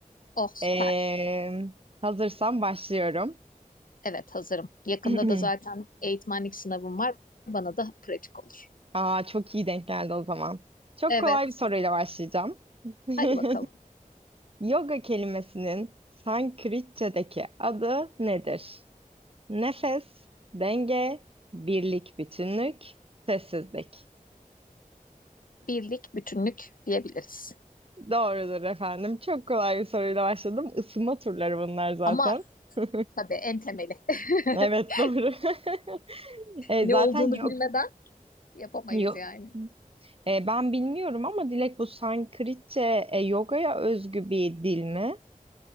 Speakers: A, on the left; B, on the right.
A: Oh süper.
B: Ee, hazırsan başlıyorum.
A: Evet hazırım. Yakında
B: <clears throat>
A: da zaten eğitmenlik sınavım var. Bana da pratik olur.
B: Aa, çok iyi denk geldi o zaman. Çok
A: Evet.
B: kolay bir soruyla başlayacağım. <laughs>
A: Hadi bakalım.
B: Yoga kelimesinin Sanskritçedeki adı nedir? Nefes, denge, birlik, bütünlük, sessizlik.
A: Birlik, bütünlük diyebiliriz.
B: Doğrudur efendim. Çok kolay bir soruyla başladım. Isınma turları bunlar zaten.
A: Ama
B: <laughs>
A: tabii en temeli. <laughs>
B: Evet doğru. <laughs> E,
A: Ne
B: zaten
A: olduğunu
B: yok
A: bilmeden yapamayız
B: yok.
A: yani.
B: E, ben bilmiyorum ama Dilek bu Sanskritçe e, yogaya özgü bir dil mi?